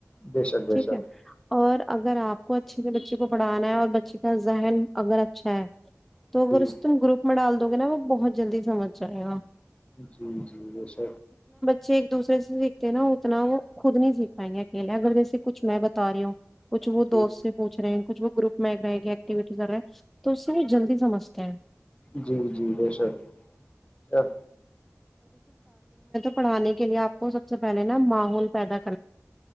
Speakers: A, on the left; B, in the centre.
A: بے شک بے
B: ٹھیک
A: شک
B: ہے اور اگر آپ کو اچھے سے بچے کو پڑھانا ہے اور بچے کا ذہن اگر اچھا ہے تو
A: جی
B: گرو سے ت گوپ ما <unintelligible> توگ نا وہ بہت جلدی سمجھ جائے گا
A: جی جی ویسے
B: چ ایک دوسر سے سیکھتے ہیں نا اتنا وہ خود نہیں سیکھ پائیں گے اکیلے اگر جیسے کچھ میں بتا رہی ہوں کچھ وہ
A: جی
B: دوست سے کچھ وہ گروپ میں رہے ایکٹیوٹی کر رہے ہیں تو اس سے وہ جلدی سمجھتے ہیں
A: جی جی بےشک کیا
B: پڑانے کے لیے آپ کو سب سے پہلے نا ماحول پیدا کر